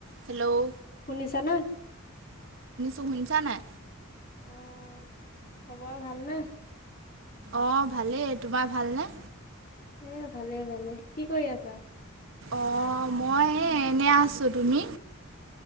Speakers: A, on the right (about 60°); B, on the left (about 40°).
A: হেল্ল'
B: শুনিছা নে
A: শুনিছানে। নে
B: অ', খবৰ ভাল ন
A: অঁ ভালেই তোমাৰ ভালনে
B: এ ভালে ভালে কি কৰি আছা
A: অ মই এনে আছো তুমি